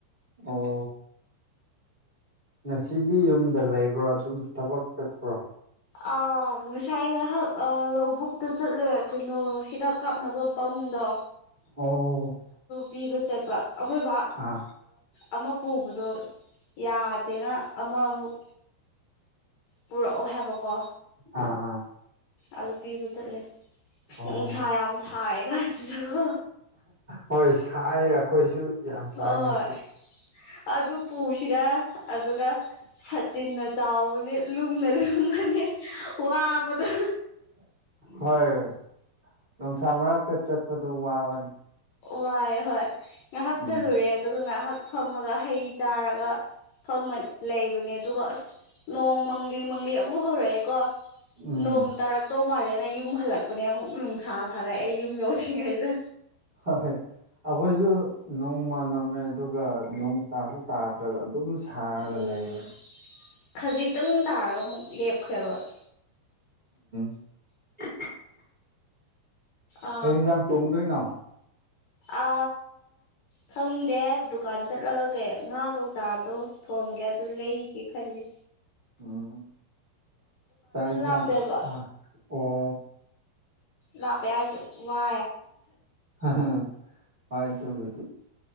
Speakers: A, on the right (about 65°); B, on the left (about 65°).
A: ꯑꯣ ꯉꯁꯤꯗꯤ ꯌꯨꯝꯗ ꯂꯩꯕ꯭ꯔꯣ ꯑꯗꯨꯝ ꯊꯕꯛ ꯆꯠꯄ꯭ꯔꯣ
B: ꯑ ꯉꯁꯥꯏ ꯉꯥꯏꯍꯥꯛ ꯂꯧꯕꯨꯛꯇ ꯆꯠꯂꯦ ꯀꯩꯅꯣ ꯍꯤꯗꯥꯛ ꯀꯥꯞꯅꯕ ꯄꯥꯝ ꯍꯟꯗ
A: ꯑꯣ
B: ꯄꯤꯕ ꯆꯠꯄ ꯑꯩꯈꯣꯏ
A: ꯑꯥ
B: ꯑꯃ ꯄꯨꯕꯗꯣ ꯌꯥꯗꯦꯅ ꯑꯃꯃꯨꯛ ꯄꯨꯔꯛꯑꯣ ꯍꯥꯏꯕꯀꯣ
A: ꯑꯥ ꯑꯥ
B: ꯑꯗꯨ ꯄꯤꯕ ꯆꯠꯂꯦ ꯑꯁ
A: ꯑꯣ
B: ꯅꯨꯡꯁꯥ ꯌꯥꯝ ꯁꯥꯔꯦ ꯀꯥꯟꯁꯤꯗꯣ
A: ꯍꯣꯏ ꯁꯥꯏ ꯑꯩꯈꯣꯏꯁꯨ ꯌꯥꯝ ꯁꯥꯏ
B: ꯍꯣꯏ
A: ꯉꯁꯤ
B: ꯑꯗꯨ ꯄꯨꯁꯤꯔꯥ ꯑꯗꯨꯒ ꯁꯥꯇꯤꯟꯅ ꯆꯥꯎꯕꯅꯤ ꯂꯨꯝꯗꯅ ꯂꯨꯝꯃꯅꯤ ꯋꯥꯕꯗ
A: ꯍꯣꯏ ꯅꯨꯡꯁꯥ ꯃꯔꯛꯇ ꯆꯠꯄꯗꯨ ꯋꯥꯕꯅꯤ
B: ꯋꯥꯏ ꯍꯣꯏ ꯉꯥꯏꯍꯥꯛ
A: ꯎꯝ
B: ꯆꯜꯂꯨꯔꯦ ꯑꯗꯨꯒ ꯉꯥꯏꯍꯥꯛ ꯐꯝꯃꯒ ꯍꯩ ꯆꯥꯔꯒ ꯐꯝꯕꯅꯦ ꯂꯩꯕꯅꯦ ꯑꯗꯨꯒ ꯑꯁ ꯅꯣꯡ ꯃꯪꯂꯤ ꯃꯪꯂꯤ ꯑꯃꯨꯛ ꯍꯧꯔꯛꯑꯦꯀꯣ
A: ꯎꯝ
B: ꯅꯣꯡ ꯇꯥꯔꯛꯗꯧ ꯃꯥꯔꯦ ꯅ ꯌꯨꯝ ꯍꯜꯂꯛꯄꯅꯦ ꯑꯃꯨꯛ ꯅꯨꯡꯁꯥ ꯁꯥꯔꯛꯑꯦ ꯌꯨꯝ ꯌꯧꯁꯤꯉꯩꯗ
A: ꯍꯣꯏꯣꯏ ꯑꯩꯈꯣꯏꯁꯨ ꯅꯣꯡꯃ ꯉꯝꯃꯦ ꯑꯗꯨꯒ ꯅꯣꯡ ꯇꯥꯁꯨ ꯇꯥꯗ꯭ꯔꯒ ꯑꯗꯨꯝ ꯁꯥꯔꯒ
B: ꯎꯝ
A: ꯂꯩꯌꯦ
B: ꯈꯖꯤꯛꯇꯪ ꯇꯥꯔꯒ ꯑꯃꯨꯛ ꯂꯦꯞꯈ꯭ꯔꯦꯕ <inaudible>
A: <inaudible>
B: ꯑ
A: ꯀꯩ ꯌꯦꯟꯁꯥꯡ ꯊꯣꯡꯗꯣꯏꯅꯣ
B: ꯑ ꯈꯪꯗꯦ ꯗꯨꯀꯥꯟ ꯆꯠꯂꯒ ꯀꯩ ꯉꯥ ꯀꯧꯇꯥꯗꯣ ꯊꯣꯝꯒꯦ ꯑꯗꯨ ꯂꯩ ꯊꯦ ꯈꯂꯦ
A: ꯎꯝ ꯆꯥꯏ꯭ꯔ
B: ꯂꯥꯞꯄꯦꯕ
A: ꯑ ꯑꯣ
B: ꯂꯥꯛꯄꯦꯁꯨ ꯋꯥ
A: ꯑ ꯍꯣꯏ ꯇ ꯍꯧꯤ